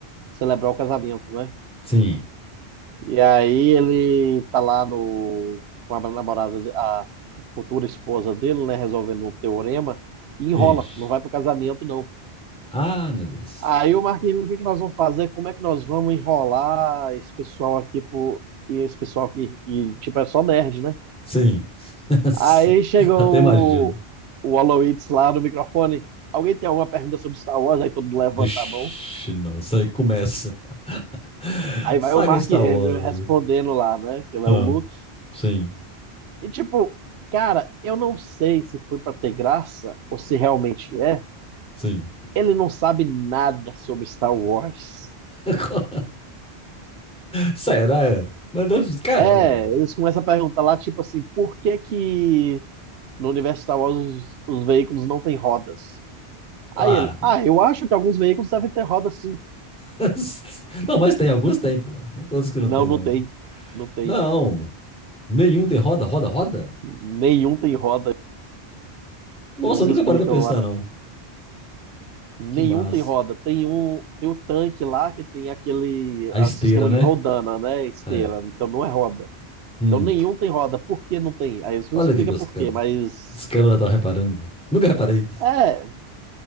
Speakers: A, on the right; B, in the centre.
A: celebrar o casamento, né?
B: Sim.
A: E aí ele tá lá no com a namorada, de- a futura esposa dele, né, resolvendo um teorema e enrola,
B: Ixi.
A: não vai pro casamento não.
B: Ah, meu Deus.
A: Aí o Marquinhos, o que que nós vamos fazer? Como é que nós vamos enrolar esse pessoal aqui pro, e esse pessoal que e, tipo é só nerd, né?
B: Sim. <laughs>
A: Aí chegou
B: Até imagino.
A: o, o Aloysius lá no microfone. Alguém tem alguma pergunta sobre Star Wars? Aí todo mundo levanta
B: Vixe,
A: a mão.
B: nossa, aí começa. <laughs>
A: Aí
B: Saga
A: vai o Mark
B: Star
A: Hamill
B: Wars.
A: respondendo lá, né? Que ele
B: Hum,
A: é o Luke.
B: Sim,
A: E tipo, cara, eu não sei se foi pra ter graça ou se realmente é.
B: sim.
A: Ele não sabe nada sobre Star Wars.
B: <laughs> Será? Mas deve- caramba,
A: É,
B: velho.
A: eles começam a perguntar lá, tipo assim, por que que No universo Star Wars, os, os veículos não têm rodas.
B: Ah,
A: Aí ele, ah, eu acho que alguns veículos devem ter roda sim.
B: <laughs> não, mas tem, alguns tem, pô. Não é todos que não
A: Não,
B: tem,
A: não
B: não.
A: tem. Não tem.
B: Não, nenhum tem roda, roda, roda?
A: Nenhum tem roda.
B: Nossa,
A: Eles
B: eu nunca
A: explicam
B: parei pra pensar,
A: lá.
B: não.
A: Nenhum
B: Que massa.
A: tem roda. Tem um, tem o tanque lá que tem aquele
B: A
A: a,
B: esteira,
A: sistema
B: né?
A: de rodana, né? Esteira.
B: É.
A: Então não é roda.
B: Hum.
A: Então nenhum tem roda. Por que não tem? Aí eles não
B: Olha
A: explicam
B: aqui que os
A: por
B: caras.
A: quê, mas.
B: Os caras estão reparando, velho. Nunca reparei.
A: É,